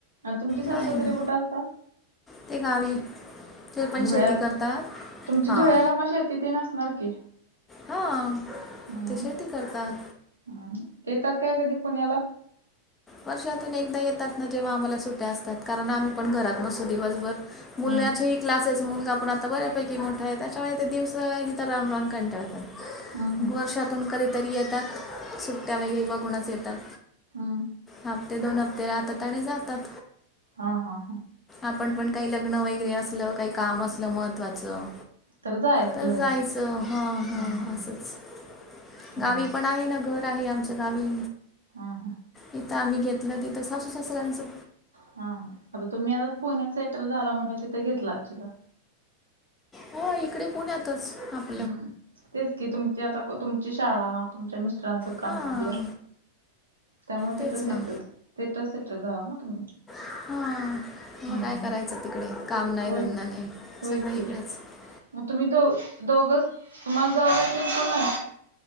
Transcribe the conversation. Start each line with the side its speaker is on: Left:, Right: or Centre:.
Right: तुमची सासू
Left: नाही
Right: सासरे
Left: ना
Right: कुठ असतात
Left: ते गावी. ते पण
Right: धुळ्या,
Left: शेती करतात
Right: तुमची
Left: हां
Right: धुळ्याला मग शेतीत तेन असणार की
Left: हां
Right: हम्म
Left: ते शेती करतात
Right: हम येतात काय कधी पुण्याला?
Left: वर्षातून एकदा येतात ना जेव्हा आम्हाला सुट्या असतात, कारण आम्ही पण घरात नसतो दिवसभर मुलाची
Right: हं,
Left: क्लासेस मुलगा पण आता बऱ्यापैकी मोठा आहे त्याच्यामुळे ते दिवस इथं राऊन राऊन कटाळतात.
Right: हं, हं,
Left: वर्षातून कधीतरी येतात सुट्ट्या वैगेरे बघूनच येतात.
Right: हम्म
Left: हप्ते दोन हप्ते राहतात आणि जातात.
Right: हा हा हा
Left: आपण पण काही लग्न वगैरे असलं काही काम असलं महत्वाचं
Right: तर जायचं
Left: तर
Right: धुळ्याला.
Left: जायचं हा हा
Right: हं, हं,
Left: असच,
Right: हं,
Left: गावी पण आहे ना घर. <unintelligible> आहे आमच गावी.
Right: हा हा
Left: इथ आम्ही घेतलं, तिथं सासू सासऱ्यांचं.
Right: हा हा आता तुम्ही आता पुण्यात सेटल झाला म्हट तिथे घेतला आचीला
Left: हो इकडे पुण्यात. इथच आप
Right: हम् तेच कि तुमची आता तुमची शाळा, तुमच्या मिस्टरांचं काम
Left: हां
Right: म्हणलं त्यामुळे तिथं
Left: तेच
Right: सेटल
Left: ना
Right: तिथ सेटल झाला ना तुम्ही
Left: हां मग
Right: हम्
Left: काय करायचं
Right: -
Left: तिकडे काम नाही
Right: होय
Left: धंदा नाही
Right: होय
Left: सगळं
Right: की
Left: इकडेच
Right: मग तुम्ही दो दोघच तुम्हाला जाऊबाई तेन कोण नाही?